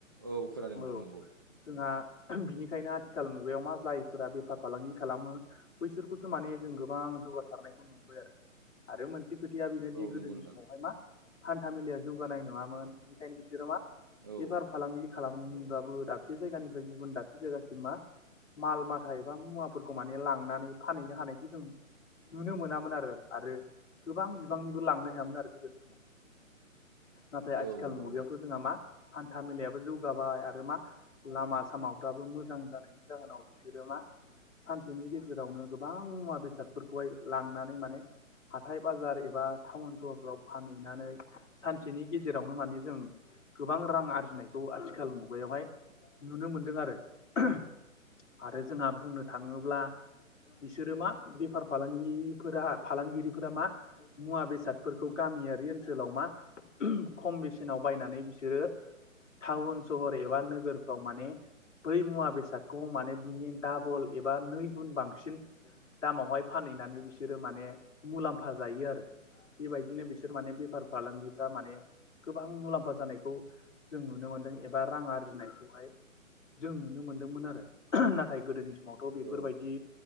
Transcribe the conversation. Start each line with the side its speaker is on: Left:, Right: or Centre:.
Right: औ खोनादों नोंथां
Left: औ
Right: नोंगौ
Left: जोंहा उम बिनिखायनो आथिखाल मुगायाव मा जायफोरा बेफार फालांगि खालामो बैसोरखौसो माने जों गोबां जौगारनायखौ नुबोबाय आरो आरो मोनसे खोथाया बेनोदि
Right: औ
Left: गोदोनि
Right: नंगौ नोंथां
Left: समावहाय मा हान्था मेलाआ जौगानाय नङामोन मोन बिनिखायनो बिसोरो मा
Right: औ
Left: बेफार फालांगि खालामोनब्लाबो दाबसे जायगानिफ्राय गुबुन दाबसे जायगासिम मा माल माथा एबा मुवाफोर फोरखौ माने लांनानै फानहैनो हानायखौ जों नुनो मोनामोन आरो आरो गोबां बिबांनिबो लांनो हायामोन आरो गोदोनि समाव नाथाय आथिखाल
Right: औ नंगौ
Left: मुगायावथ'
Right: नोंथां
Left: जोंहा मा हान्था मेलायाबो जौगाबाय आरो मा लामा सामाफ्राबो मोजां जानायनि जाहोनाव बिसोरो मा सानसेनि गेजेरावनो गोबां मुवा बेसादफोरखौहाय लांनानै माने हाथाय बाजार एबा थटाउन स सोहोरफ्राव फानहैनानै सानसेनि गेजेरावनो माने जों गोबां रां आरजिनायखौ खौ आथिखाल मुगायावहाय नुनो मोनदों आरो ओम आरो जोंहा बुंहनो थां थाङोब्ला बिसोरो मा बेफार फालांगिफोरहा फालांगिरिफोरा मा मुवा बेसादफोरखौ गामिआरि ओनसोलाव मा ओह खम बेसेनाव बायनानै बिसोरो टाउन सहर एबा नोगोरफ्राव माने बै मुवा बेसादखौ माने बिनि दाबल एबा नै गुन बांसिन दामावहाय फानहैनानै बिसोरो माने मुलाम्फा जायो आरो बेबायदिनो बिसोर माने बेफार फालांगिफ्रा माने गोबां मुलाम्फा जानायखौ जों नुनो मोनदों एबा रां आरजिनायखौहाय जों नुनो मोनदोंमोन आरो उम नाथाय गोदोनि समावथ' बेफोरबादि
Right: औ